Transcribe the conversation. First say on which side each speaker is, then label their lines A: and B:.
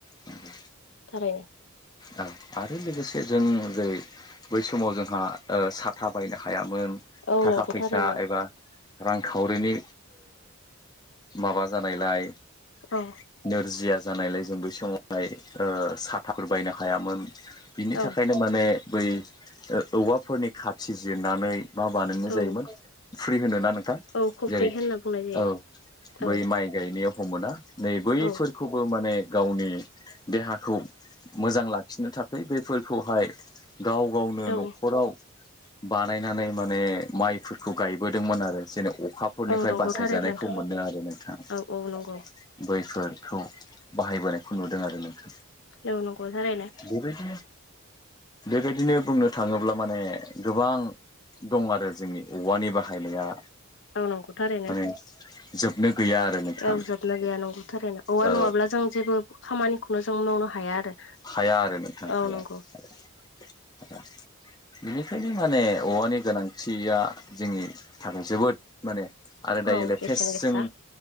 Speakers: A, on the left (about 20°); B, on the left (about 55°).
A: नंगौ
B: थार
A: औ आरो लोगोसे जों जै बै समाव जोंहा साथा बायनो हाया मोन
B: औ
A: थाखा
B: नंगौ
A: फैसा
B: थारैनो
A: एबा रांखावरिनि माबा जानायलाय
B: औ
A: नोरजिया जानायलाय जों बै समावहाय साथाफोर बायनो हायामोन बिनि
B: औ
A: थाखायनो माने बै औवाफोरनि खाथि जिरनानै मा बानायो
B: औ
A: जायोमोन फ्रि होनो ना नोंथां
B: औ खफ्रि
A: जेरै
B: होनना बुंनाय जायो
A: औ बै
B: औ
A: माइ गायनायाव मोना नै बैफोरखौबो
B: औ
A: माने गावनि देहाखौ मोजां लाखिनो थाखै बेफोरखौहाय गाव गावनो
B: औ
A: न'खराव बानायनानै माने माइफोरखौ गायबोदोंमोन आरो जेनेबा अखाफोरनिफ्राय
B: औ नंगौ
A: बासायजानायखौ
B: थारैनो नोंथां
A: मोनो आरो नोंथाङा
B: औ औ नंगौ
A: बै फोरखौ बाहायबोनायखौ नुदों आरो नोंथां
B: औ नंगौ थारैनो
A: बेबायदिनो बेबायदिनो बुंनो थाङोब्ला माने गोबां दं आरो जोंनि औवानि बाहायनाया
B: औ नंगौ थारैनो
A: माने जोबनो गैया आरो नोंथां
B: ओ जोबना गैया नंगौ थारैनो औवा
A: औ
B: नङाब्ला जों जेबो खामानिखौनो जों मावनो हाया आरो
A: हाया आरो नोंथां
B: औ
A: हायाया
B: नंगौ
A: बिनिखायनो माने औवानि गोनांथिया जोंनि थाखाय जोबोद माने आरो दायो
B: औ
A: लेटेस्ट
B: बेसेन गोसा
A: जों